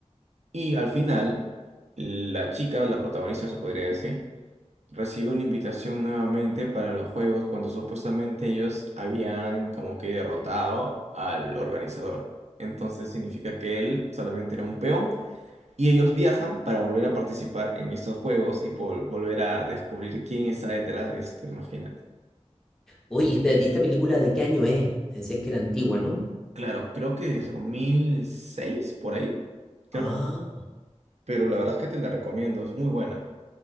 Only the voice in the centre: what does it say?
Oye, espérate, ¿y esta película de qué año es? Decías que era antigua, ¿no?
Ah,